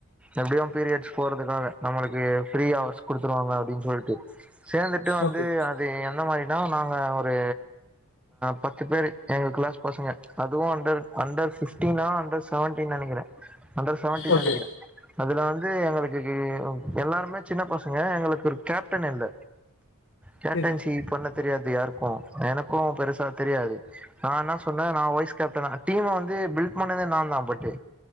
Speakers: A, in the centre; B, on the left.
A: எப்படியும் பீரியட்ஸ் போறதுக்காக நம்மளுக்கு ஃப்ரீ ஹாவர்ஸ் குடுத்துருவாங்க அப்படின்னு சொல்லிட்டு சேர்ந்துட்டு வந்து
B: ஓகே
A: அது எந்த மாரி ஆஹ் நாங்க ஒரு பத்து பேர் எங்க கிளாஸ் பசங்க அதுவும் அண்டர் அண்டர் பிப்டினா அண்டர் ஸி செவன்டீன் நினைக்கிறே அண்டர் செவன்டீன்
B: ஓகே
A: நினைக்கிறே அதல வந்து எங்களுக்கு எல்லாருமே சின்ன பசங்க எங்களுக்கு ஒரு கேப்டன் இல்ல கேப்டஞ்சி
B: சரி
A: சி இ பொண்ண தெரியாது யாருக்கும் எனக்கும் பெருசா தெரியாது நான் என்ன சொன்னேன் நான் வைஸ் கேப்டன டீம்ம வந்து பில்ட் பண்ணதே நான் தான் பட்டு்